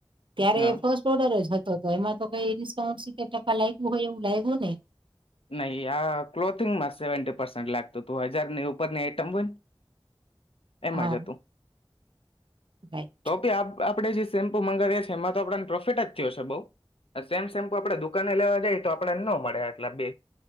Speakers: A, on the right; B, on the left.
A: ત્યારે
B: ને હા
A: ફર્સ્ટ ઓર્ડર જ હતો તો એમાં તો કઈ ઇન્ઉન્ રીતે ટકા લાગું હોય એવું લાગવ્યુંું ને
B: નહીં આ ક્લોથિંગમાં સેવન્ટી પસેન્ટ લાગતું તું હજારની ઉપરની આઈટમ હોય ને એમાં
A: હા
B: જ હતું
A: રાઈટ
B: તો કેી આપ આપણે જે સેમ્પુ મંગાવીએ છ છે એમાં તો આપને પ્રોફિટ જ થયો છે બઉ સેમ સેમ્પુ આપડે દુકાને લેવા જાય તો આપડને ન મળે આટલા બે